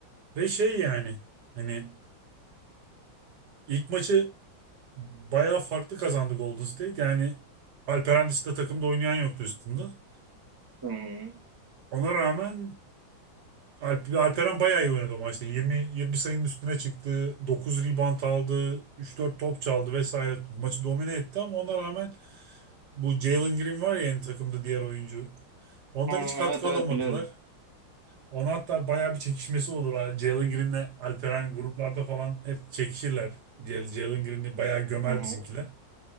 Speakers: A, on the right (about 60°); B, on the right (about 25°).
A: Ve şey yani hani ilk maçı bayağı farklı kazandı Golden State. Yani Alperen dışında takımda oynayan yoktu Houston'da.
B: Hı hı.
A: Ona rağmen Alp, Alperen bayağı iyi oynadı o maçta. 20 20 sayının üstüne çıktı. 9 rebound aldı. 3-4 top çaldı vesaire. Maçı domine etti ama ona rağmen bu Jalen Green var ya yani takımda diğer oyuncu. Ondan
B: Hı, evet
A: hiç katkı
B: evet
A: alamadılar.
B: biliyorum.
A: Ona hatta bayağı bir çekişmesi olur. ha. Jalen Green'le Alperen gruplarda falan hep çekişirler. Jal- Jalen Green'i bayağı gömer
B: Hı hı.
A: bizimkiler.